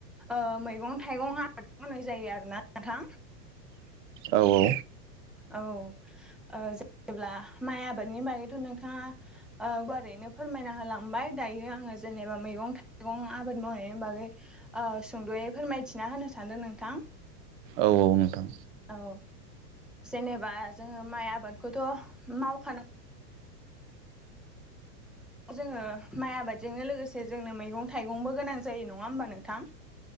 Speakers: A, in the centre; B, on the right (about 35°).
A: ओ मैगं थाइगं आ बाद मावनाय जायो आरो ना नोंथां।
B: औ औ
A: औ ओ जेब्ला माइ आबादनि बागैथ' नोंथांङा ओ गुवारैनो फोरमायना होलांबाय दायो आङो जेनेबा मैगं थाइगं आबाद मावनायनि बागै ओ सुंद'यै फोरमायथिना होनो सानदों नोंथां।
B: औ औ नोंथां।
A: औ जेनेबा जोङो माइ आबादखौथ' मावखानो जोङो माइ आबादजोंनो लोगोसे जोंनो मैगं थाइगंबो गोनां जायो नङ आ होमबा नोंथां।